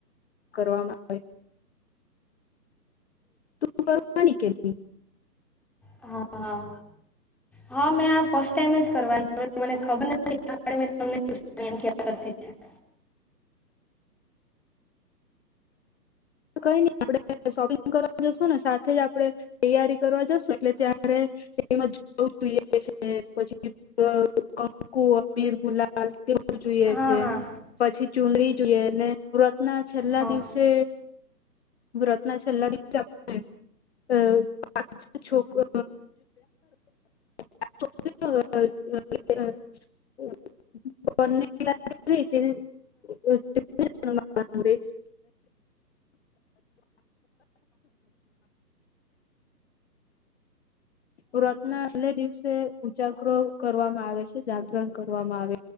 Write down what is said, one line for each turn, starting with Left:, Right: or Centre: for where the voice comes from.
Left: કરવામાં આવે. તું <inaudible> કરતી
Centre: હા હા, હા મે આ ફસ્ટ ટાઈમ જ કરવાની હોય, મને ખબર નહી <inaudible> <inaudible>
Left: કઈ નઈ આપણે શોપિંગ કરવા જશું ને, સાથે જ આપણે તૈયારી કરવા જશું, એટલે ત્યારે <unintelligible> કંકુ, અબીલ, ગુલાલ. એ બધુંજોઈએ
Centre: હા
Left: છે,
Centre: હા
Left: પછી ચુંનડી જોઈએ, એલે વ્રતના છેલ્લા
Centre: હા
Left: દિવસે વ્રતના છેલ્લા <unintelligible> અ પા છોક <inaudible> <inaudible> <inaudible> વ્રતના છેલે દિવસે ઉજાગરો કરવામાં આવે છે, જાગરણ કરવામાં આવે.